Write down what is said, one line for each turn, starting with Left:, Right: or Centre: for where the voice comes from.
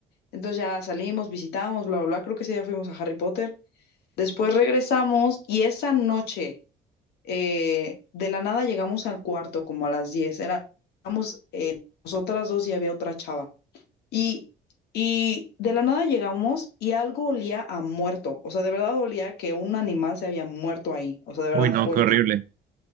Left: Entonces ya salimos, visitamos, bla, bla, bla, creo que ese día fuimos a Harry Potter. Después regresamos y esa noche eh, de la nada llegamos al cuarto como a las 10. Éramos eh, nosotras dos y había otra chava. Y, y de la nada llegamos y algo olía a muerto. O sea, de verdad olía que un animal se había muerto ahí. O sea, de verdad
Right: Uy, no,
Left: fuerte.
Right: qué horrible.